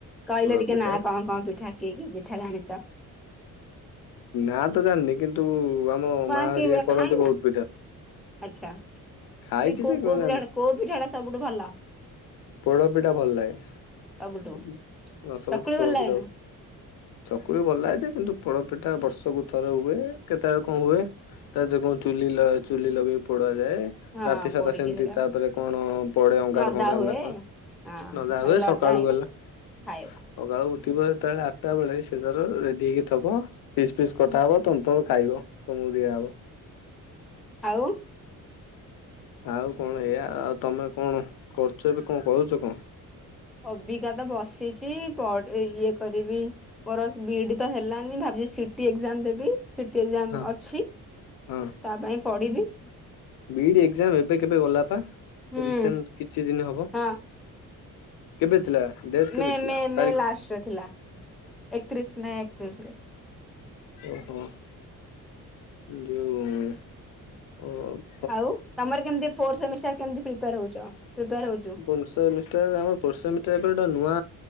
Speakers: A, in the centre; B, on the left (about 80°).
A: କଇଲ
B: ପୋଡ
A: ଟିକେ
B: ପିଠା
A: ନା କଣ କଣ ପିଠା କି କି ପିଠା ଜାଣିଚ?
B: ନାଁ ତ ଜାଣିନି କିନ୍ତୁ ଆମ
A: କଣ
B: ମା ହରିଆ
A: କି
B: କରନ୍ତି
A: ଖାଇନା
B: ବହୁତ ପିଠା।
A: ଆଚ୍ଛା
B: ଖାଇଛି
A: କି କୋଉ
B: ଯେ କଣ
A: କୋଉ
B: ଜାଣିଛି
A: ପିଠା ଟା କୋଉ ପିଠାଟା ସବୁଠୁ ଭଲ?
B: ପୋଡ଼ପିଠା ଭଲ ଲାଗେ
A: ସବୁଠୁ
B: ସବୁ ସବୁଠୁ
A: ଚକୁଳି
B: ପୋଡ଼ପିଠା
A: ଭଲ ଲାଗେ ନା
B: ଚକୁଳି ଭଲ ଲାଗେ ଯେ କିନ୍ତୁ ପୋଡ଼ପିଠା ବର୍ଷକୁ ଥରେ ହୁଏ କେତବେଳେ କଣ ହୁଏ। ତା <unintelligible> କଣ ଚୁଲି ଲ ଚୁଲି ଲଗେଇକି ପୋଡ଼ା ଯାଏ।
A: ହଁ
B: ରାତି ସାରା
A: ପୋଡିକି
B: ସେମିତି
A: ସେଟା
B: ତା ଉପରେ କଣ ପଡେ ଅଙ୍ଗାର
A: ନଦା
B: ଫଙ୍ଗାର
A: ହୁଏ
B: ନା କଣ?
A: ହଁ
B: ନଦା
A: ତାକୁ
B: ହୁଏ
A: ଲଦା
B: ସକାଳୁ
A: ହେଇକି
B: ହେଲେ
A: <unintelligible>
B: ସକାଳୁ ଉଠିବ ଯେତେବେଳେ ଆଠଟା ବେଳେ ସେ ତାର ରେଡି ହେଇକି ଥବ। ପିସ୍ ପିସ୍ କଟା ହବ ତମେ ତମେ ଖାଇବ ତମକୁ ଦିଆହବ।
A: ଆଉ
B: ଆଉ କଣ ଏଇଆ ଆଉ। ଆଉ ତମେ କଣ କରୁଛ ଏବେ କଣ କରୁଚ କଣ?
A: ଅବିକା ତ ବସିଛି ପଡ଼ିବ ଏ ଇଏ କରିବି। ମୋର ବିଇଡି ତ ହେଲାନି ଭାବିଛି ସିଟି ଏକ୍ସାମ୍ ଦେବି! ସିଟି ଏକ୍ସାମ୍
B: ହଁ
A: ଅଛି
B: ହଁ
A: ତା ପାଇଁ ପଢିବି।
B: ବିଇଡି ଏକ୍ସାମ୍ ଏବେ କେବେ ଗଲା ପା
A: ହୁଁ
B: ରିସେଣ୍ଟ କିଛି ଦିନ ହବ!
A: ହଁ
B: କେବେ ଥିଲା ଡେଟ କେବେ
A: ମେ
B: ଥିଲା
A: ମେ ମେ
B: ତାରିଖ?
A: ଲାଷ୍ଟରେ ଥିଲା। ଏକତିରିଶ ମେ ଏକତିରିଶ ରେ
B: ଓହୋ। ଯୋଉ ଅ
A: ଆଉ ତମର କେମତି ଫୋର୍ ସେମିଷ୍ଟାର କେମିତି ପ୍ରିପେୟର ହଉଚ ପ୍ରିପେୟାର ହଉଚୁ?
B: ଫୋର୍ ସେମିଷ୍ଟାର ଆମର ଫୋର୍ ସେମିଷ୍ଟାର ଏବେ ଗୋଟେ ନୂଆ